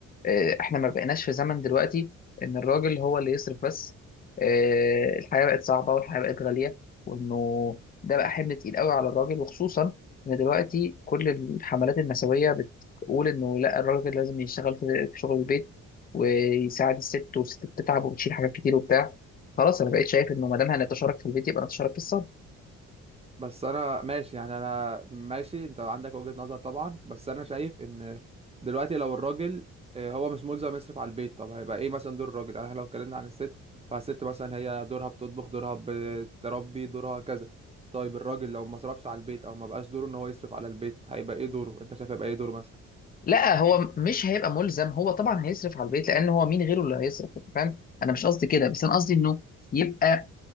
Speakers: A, on the left (about 30°); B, on the right (about 20°).
A: آه، احنا ما بقيناش في زمن دلوقتي ان الراجل هو اللي يصرف بس آه، الحياه بقت صعبه والحياه بقت غاليه وانه ده بقى حمل تقيل قوي على الراجل وخصوصا ان دلوقتي كل الحملات النسويه بتقول انه لا الراجل لازم يشتغل في في شغل البيت ويساعد الست والست بتتعب وبتشيل حاجات كتير وبتاع خلاص انا بقيت شايف انه ما دام هنتشارك في البيت يبقى نتشارك في الصرف
B: بس انا ماشي يعني انا ماشي انت عندك وجهة نظر طبعا بس انا شايف ان دلوقتي لو الراجل آه، هو مش ملزم يصرف على البيت طب هيبقى ايه مثلا دور الراجل يعني إحنا لو اتكلمنا عن الست فالست مثلا هي دورها بتطبخ دورها بتربي دورها كذا طيب الراجل لو ما صرفش على البيت او ما بقاش دوره ان هو يصرف على البيت هيبقى ايه دوره انت شايف هيبقى ايه دوره مثلا
A: لا هو مش هيبقى ملزم هو طبعا هيصرف على البيت لان هو مين غيره اللي هيصرف انت فاهم انا مش قصدي كده بس انا قصدي انه يبقى